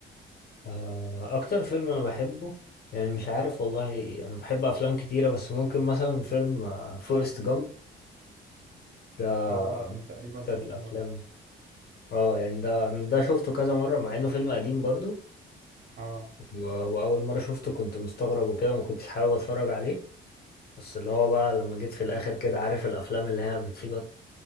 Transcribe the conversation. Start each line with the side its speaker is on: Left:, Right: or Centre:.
Left: آه، اكتر فيلم انا بحبه يعني مش عارف والله انا بحب افلام كتيرة بس ممكن مثلا فيلم فورست جامب ده
Right: آه أنا تقريبا
Left: اكتر
Right: شفته
Left: الافلام
Right: مرة
Left: اه يعني ده ده شفته كذا مرة مع انه فيلم قديم برضو
Right: آه
Left: و- واول مرة شفته كنت مستغرب وكده ما كنتش حابب اتفرج عليه بس اللي هو بقى لما جيت في الاخر كده عارف الافلام اللي هي بتسيبك